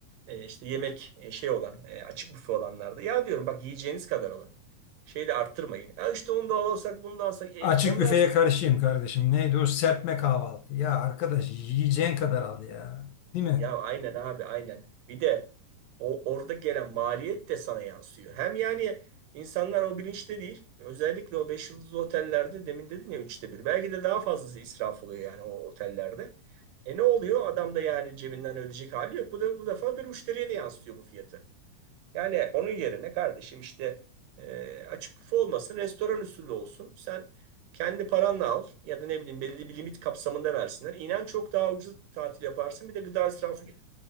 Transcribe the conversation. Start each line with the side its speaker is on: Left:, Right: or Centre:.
Right: Ee, işte yemek e, şey olan e, açık büfe olanlarda. Ya diyorum bak yiyeceğiniz kadar alın. Şeyi de arttırmayın. Ya işte onu da alırsak bunu da alsak. E,
Left: Açık
Right: ondan
Left: büfeye karşıyım kardeşim. Neydi o serpme kahvaltı? Ya arkadaş yiyeceğin kadar al ya. Değil mi?
Right: Ya aynen abi aynen. Bir de o orada gelen maliyet de sana yansıyor. Hem yani insanlar o bilinçte değil. Özellikle o 5 yıldızlı otellerde demin dedin ya üçte bir. Belki de daha fazlası israf oluyor yani o otellerde. E ne oluyor? Adam da yani cebinden ödeyecek hali yok. Bu da bu defa bir müşteriye de yansıtıyor bu fiyatı. Yani onun yerine kardeşim işte e, açık büfe olmasın, restoran usulü olsun. Sen kendi paranla al ya da ne bileyim belli bir limit kapsamında versinler. İnan çok daha ucuz tatil yaparsın. Bir de gıda israfı